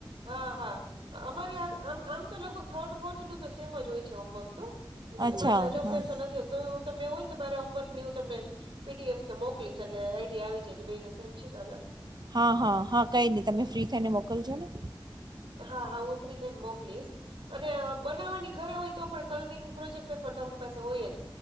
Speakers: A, on the right; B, on the right.
A: હા હા અમારે આમ આમ તો લગભગ થર્ડ ફોર્થ નું તો સેમ જ હોય છે હોમવર્ક તો
B: અચ્છા
A: એમાં જાજો
B: હા
A: ફેર તો નથી હોતો તોય હું તમને એવું હોય ને તો મારા હોમવર્ક ની હું તમને પીડીએફ કે મોકલીશ એટલે આઈડી આવી જાય. બેય ને સેમ છે કે અલગ?
B: હા હા હા કંઈ નહીં તમે ફ્રી થઈને મોકલજો ને.
A: હા હા હું ફ્રી થઈને મોકલીશ અને બનાવવાની ઘરે હોય તો પણ કલરીંગ પ્રોજેકટ પેપર તો આપણી પાસે હોય